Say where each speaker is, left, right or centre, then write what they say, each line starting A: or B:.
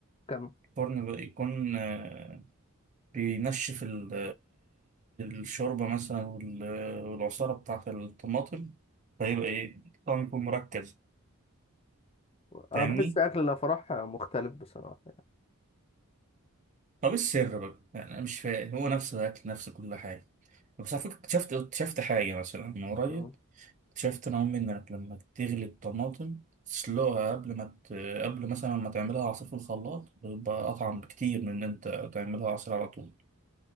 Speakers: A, on the left (about 25°); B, on the right (about 35°).
A: كم
B: الفرن بقى يكون آه، بينشف ال- الشوربة مثلا وال- والعصارة بتاعة الطماطم فيبقى إيه الطعم يكون مركز
A: انا
B: فاهمني؟
A: بحس اكل الافراح مختلف بصراحه
B: طب إيه السر بقى؟ يعني أنا مش فاهم هو نفس الأكل نفس كل حاجة بس على فكرة اكتشفت اكتشفت حاجة مثلا من قريب
A: مم.
B: اكتشفت أنا وأمي إنك لما تغلي الطماطم تسلقها قبل ما ت... قبل مثلا ما تعملها عصير في الخلاط بيبقى أطعم بكتير من إن أنت تعملها عصير على طول.